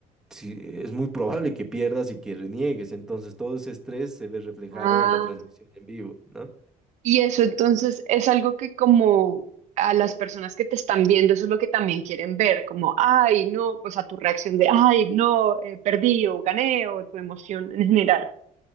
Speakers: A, in the centre; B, on the right (about 55°).
A: sí, es muy probable que pierdas y que reniegues, entonces todo ese estrés se ve reflejado
B: Ah,
A: en la transmisión en vivo, ¿no?
B: Y eso entonces es algo que como a las personas que te están viendo, eso es lo que también quieren ver, como, ay, no, pues a tu reacción de, ay, no, eh, perdí o gané o tu emoción en general.